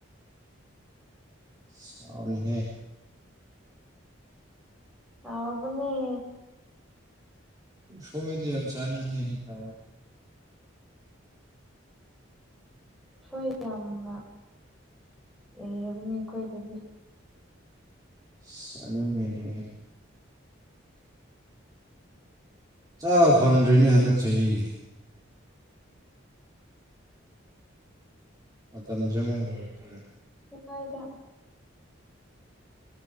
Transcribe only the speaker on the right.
ꯁꯥꯎꯅꯤꯍꯦ
ꯁꯣꯏꯗꯝ ꯆꯅꯤꯇ
ꯆꯒꯅꯦ ꯆꯕ ꯐꯪꯗ꯭ꯔꯤꯅꯦ ꯍꯟꯗꯛ ꯆꯍꯤꯒꯤ ꯃꯇꯝꯁꯦ ꯃ ꯂꯥꯛꯛꯇꯔꯦ